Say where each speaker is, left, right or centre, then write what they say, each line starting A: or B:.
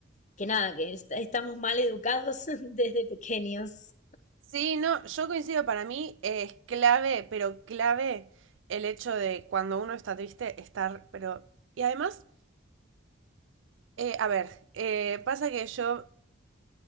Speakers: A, on the left; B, on the right.
A: que nada, que est- estamos mal educados <laughs> desde pequeños.
B: Sí, no, yo coincido, para mí eh, es clave, pero clave el hecho de cuando uno está triste estar, pero... Y además, eh, a ver, eh, pasa que yo